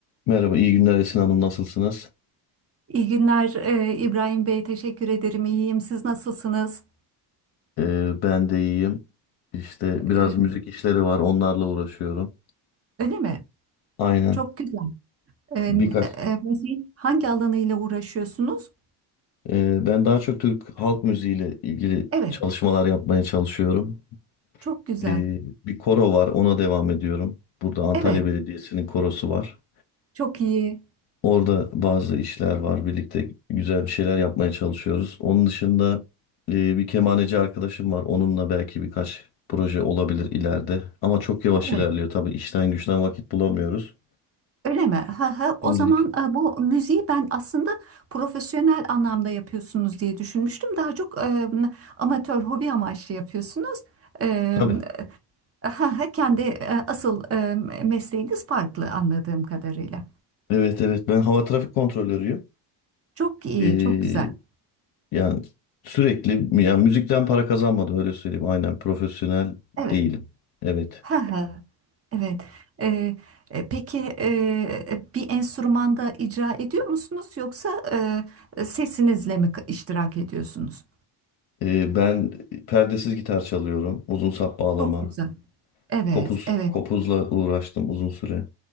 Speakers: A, on the left; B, on the right.
A: Merhaba, iyi günler Esin Hanım, nasılsınız?
B: İyi günler e, İbrahim Bey, teşekkür ederim. İyiyim. Siz nasılsınız?
A: Ee, ben de iyiyim. İşte
B: E,
A: biraz müzik işleri var, onlarla uğraşıyorum.
B: öyle mi?
A: Aynen,
B: Çok güzel. E,
A: birkaç.
B: e, müziğin hangi alanıyla uğraşıyorsunuz?
A: Ee, ben daha çok Türk halk müziğiyle ilgili
B: Evet,
A: çalışmalar yapmaya çalışıyorum.
B: çok güzel.
A: Ee, bir koro var, ona devam ediyorum. Burada Antalya
B: Evet,
A: Belediyesi'nin korosu var.
B: çok iyi.
A: Orada bazı işler var. Birlikte güzel bir şeyler yapmaya çalışıyoruz. Onun dışında e, bir kemaneci arkadaşım var. Onunla belki birkaç proje olabilir ileride. Ama çok yavaş
B: Evet,
A: ilerliyor. Tabii işten güçten vakit bulamıyoruz.
B: öyle mi? Ha, ha. O
A: Şimdilik.
B: zaman e, bu müziği ben aslında profesyonel anlamda yapıyorsunuz diye düşünmüştüm. Daha çok e, amatör, hobi amaçlı yapıyorsunuz. E,
A: Tabii.
B: ha, ha, kendi e, asıl e, mesleğiniz farklı anladığım kadarıyla.
A: Evet evet. Ben hava trafik kontrolörüyüm.
B: Çok iyi,
A: E,
B: çok güzel.
A: yani sürekli yani müzikten para kazanmadım öyle söyleyeyim. Aynen profesyonel
B: Evet.
A: değilim. Evet.
B: Ha ha. Evet. Ee, e, peki e, e, bir enstrümanda icra ediyor musunuz yoksa e, e, sesinizle mi k- iştirak ediyorsunuz?
A: E, ben perdesiz gitar çalıyorum. Uzun sap bağlama.
B: Çok güzel. Evet,
A: Kopuz,
B: evet.
A: kopuzla uğraştım uzun süre.